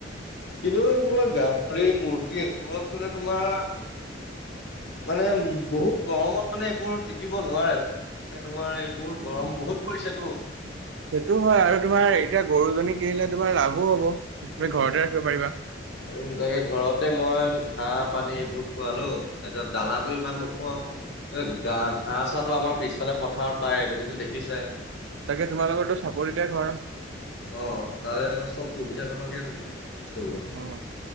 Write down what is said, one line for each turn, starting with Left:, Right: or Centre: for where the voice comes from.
Left: কিন্তু তোমাৰ গাহৰি, মুৰ্গী এইবোৰত মানে তোমাৰ মানে বহুত গৰমত মানে এইবোৰ টিকিব নোৱাৰে। মানে তোমাৰ এইবোৰ গৰম বহুত পৰিছেতো।
Right: সেইটো হয় আৰু তোমাৰ এতিয়া গৰুজনী কিনিলে তোমাৰ লাভো হ'ব, তুমি ঘৰতে ৰাখিব পাৰিবা।
Left: উম! তাকে ঘৰতে মই ঘাঁহ পানী এইবোৰ খুৱালোঁ, তাৰপিছত দানাটো ইমান নুখুৱাওঁ। এই ঘাঁহ চাহটো আমাৰ পিছফালে পথাৰত পায়ে তুমিতো দেখিছাই।
Right: তাকে তোমালোকৰতো চাপৰিতে ঘৰ?
Left: অঁ! তাৰে আমাৰ চব সুবিধাজনকে হৈ যায় বস্তুবোৰ।
Right: অঁ!